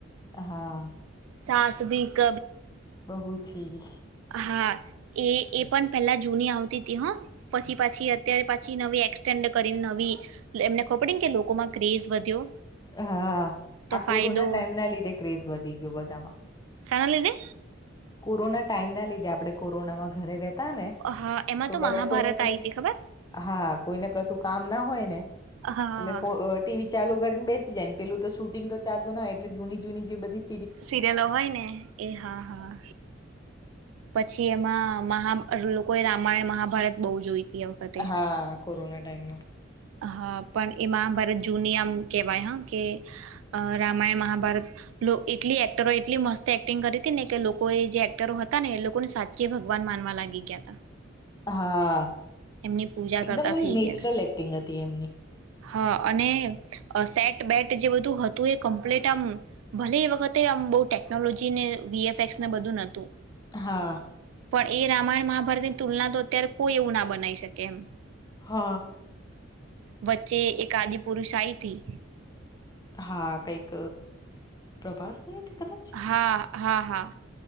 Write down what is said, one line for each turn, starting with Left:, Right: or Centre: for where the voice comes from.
Left: હા
Right: સાસ ભી ક
Left: બહુ થી
Right: હા એ એ પણ પહેલાં જૂની આવતી હતી હા પછી પાછી અત્યારે પાછી નવી એક્સટેેન્ડ કરીને નવી એમને ખબર પડીને કે લોકોમાં ક્રેઝ વધ્યો
Left: હા
Right: તો
Left: આ
Right: ફાયદો
Left: કોરોના ટાઈમ ના લીધે ક્રેઝ વધી ગયો બધામાં
Right: સાના લીધે
Left: કોરોના ટાઈમ ના લીધે આપણે કોરોનામાં ઘરે રહે તા ને
Right: હા એમાં
Left: તો બધે
Right: મહાભારત
Left: કોઈને
Right: આવી
Left: કશું
Right: હતી ખબર
Left: હા કોઈને કશું કામ ના હોય ને એટલે
Right: હા
Left: બો અ ટીવી ચાલુ કરીને બેસી જાય પેલું તો શૂટિંગ તો ચાલતું ન એટલે જૂની જૂની જે બધી
Right: સિરિયલો હોય ને એ હા હા પછી એમાં મહા લોકોએ રામાયણ મહાભારત બો જોઈ હતી આ વખતે
Left: હા કોરોના ટાઈમમાં
Right: હા પણ એ મા ભારત જૂની આમ કેહેવાય હ કે રામાયણ મહાભારત એટલી એક્ટરો એટલી મસ્ત એક્ટિંગ કરી હતી ને કે લોકો એ જે એક્ટરો હતા ને એ લોકોને સાચી ભગવાન માનવા લાગી ગયા હતા
Left: હા
Right: એમની પૂજા
Left: એકદમ
Right: કરતા
Left: એમ
Right: થઈ
Left: નેચરલ
Right: ગયા હતા
Left: એક્ટિંગ હતી એમની
Right: હા અને સેટ બેટ જે બધું હતું એ કમ્પ્લીટ આમ ભલે એ વ ખતેમ બો ટેકનોલોજી <unintelligible> વી એફ એક્સ ને બધું નોતું
Left: હા
Right: પણ એ રામાયણ મહાભારતની તુલના તો અત્યારે કોઈ એવું ના બ બનાઈ શકે એમ
Left: હા
Right: વચ્ચે એક આદિ પુરુષ આઈતી
Left: હા કઈક પ્રભાસની હતી કદાચ
Right: હા હા હા